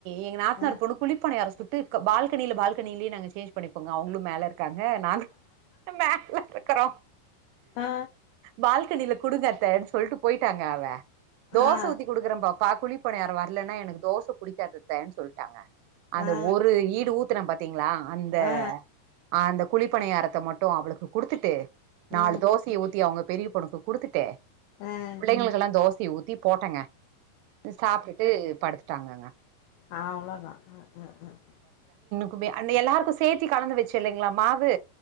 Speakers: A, on the right; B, on the left.
A: எங்க நாத்தனார்
B: ஆ
A: பொண்ணு குழி பணியாரோ சுட்டு க பால்கனியில பால்கனியிலயே நாங்க சேஞ்ச் பண்ணிப்போங்க அவங்களு மேல இருக்காங்க நாங்களு மேல இருக்குறோ
B: ஆ
A: பால் கனில குடுங்கத்தன்னு சொல்ட்டு போயி ட்டாங்க அவ தோசை
B: ஆ
A: ஊத்தி குடுக்குறேம்பா ப்ப குழிப்பணியாரோ வரலன்னா எனக்கு தோசை புடிக்காது அத்தேன்னு சொல்ட்டாங்க அந்த
B: ஆ ஆ
A: ஒரு ஈடு ஊத்துன பாத் தீங்ளா அந்த
B: ஆ
A: அந்த குழிப்பணியாரத்த மட்டு அவளுக்கு குடுத்துட்டு நாலு
B: ஆ
A: தோசைய ஊத்தி அவங்க பெரிய பொண்ணுக்கு குடுத்துட்டு
B: ஆஹ்
A: உங்கக்கெல்லாம் தோசை ஊத்தி போட்டேங்க சாப்ட்டுட்டு படுத்து ட்டாங்கங்க
B: ஆஹ் அவ்வளோதான் உம் உம்
A: குபு அங்க எல்லாருக்கும் சேர்த்தி கலந்து வச்சில்லிங்கலா மாவு